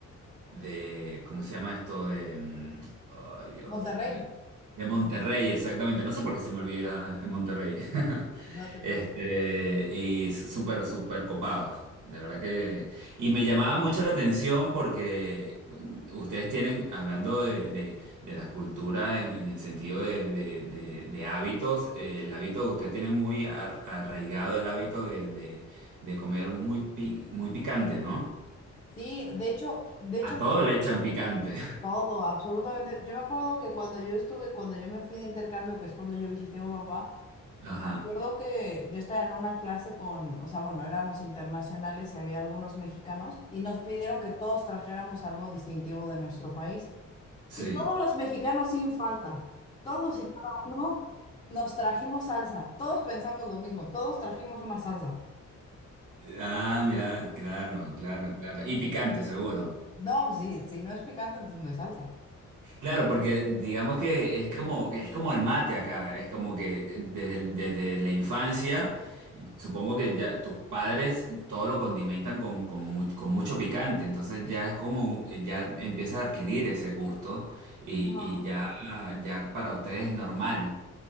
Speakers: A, on the right; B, on the left.
A: de- ¿cómo se llama esto? De, mm, ay Dios,
B: Monterrey,
A: de Monterrey, exactamente. No sé por qué se me olvida en Monterrey. <laughs>
B: no te
A: Este,
B: preocupes.
A: y súper, súper copados. De verdad que. Y me llamaba mucho la atención porque ustedes tienen, hablando de, de- de la cultura en, en el sentido de, de- de- de hábitos, eh, el hábito, ustedes tienen muy ar- arraigado el hábito de, de- de comer muy, pi- muy picante, ¿no?
B: Sí, de hecho, de hecho
A: A
B: no
A: todo
B: sé
A: le echan picante.
B: todo, absolutamente. Yo me acuerdo que cuando yo estuve, cuando yo me fui de intercambio, que es cuando yo visité Europa,
A: <laughs> Ajá,
B: Me acuerdo que yo estaba en una clase con, o sea, bueno, éramos internacionales y había algunos mexicanos y nos pidieron que todos trajéramos algo distintivo de nuestro país.
A: sí.
B: Y todos los mexicanos sin falta, todos y cada uno nos trajimos salsa. Todos pensamos lo mismo, todos trajimos una salsa.
A: Ah, mira, claro, claro, claro. Y picante, seguro.
B: No, pues, si, si no es picante, entonces no es salsa.
A: Claro, porque digamos que es como, es como el mate acá, es como que desde, el- desde la infancia, supongo que ya tus padres todo lo condimentan con, con, mu- con mucho picante, entonces ya es como, ya empiezas a adquirir ese gusto y,
B: Ajá.
A: y ya, ya para ustedes es normal.